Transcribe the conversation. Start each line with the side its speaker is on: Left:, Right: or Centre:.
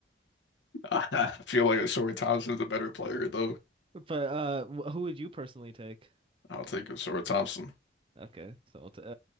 Left: <laughs> I feel like Osura Thompson's a better player though.
Right: But uh, wh- who would you personally take?
Left: I'll take Osura Thompson.
Right: Okay, so we'll t uh,